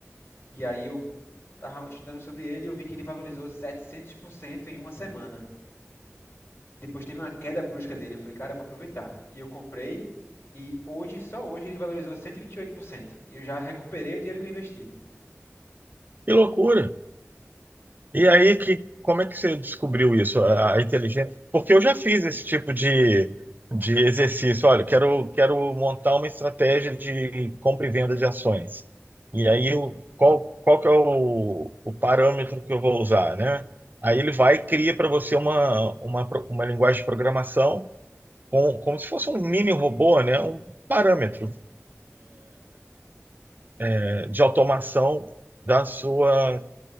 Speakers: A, on the left; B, on the right.
A: E aí eu estava estudando sobre ele e eu vi que ele valorizou 700% em uma semana. E depois teve uma queda brusca dele. Eu falei, cara, eu vou aproveitar. E eu comprei. E hoje, só hoje, ele valorizou 128%. E vinte e oito por cento. E eu já recuperei o dinheiro que eu investi.
B: Que loucura! E aí, que, como é que você descobriu isso, a, a inteligência? Porque eu já fiz esse tipo de, de exercício. Olha, quero, quero montar uma estratégia de compra e venda de ações. E aí, o, qual, qual que é o, o parâmetro que eu vou usar, né? Aí
A: Uhum.
B: ele vai e cria para você uma, uma, pro- uma linguagem de programação com, como se fosse um mini robô, né? Um parâmetro, né, de automação da sua,